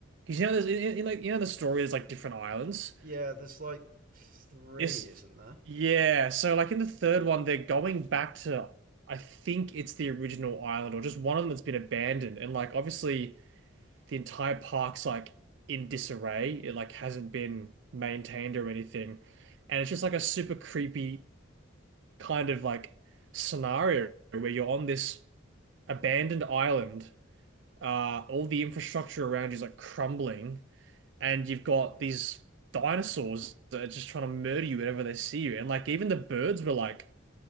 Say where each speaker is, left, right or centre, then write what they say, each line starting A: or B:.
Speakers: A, on the right (about 55°); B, on the right (about 40°).
A: because you know there's in, in, like you know the story there's like different islands.
B: yeah there's like three
A: It's
B: isn't there
A: yeah, so like in the third one they're going back to I think it's the original island or just one of them that's been abandoned, and like obviously. the entire park's like in disarray. It like hasn't been maintained or anything. And it's just like a super creepy kind of like scenario where you're on this abandoned island. Uh, all the infrastructure around you is like crumbling, and you've got these dinosaurs that are just trying to murder you whenever they see you. And like even the birds were like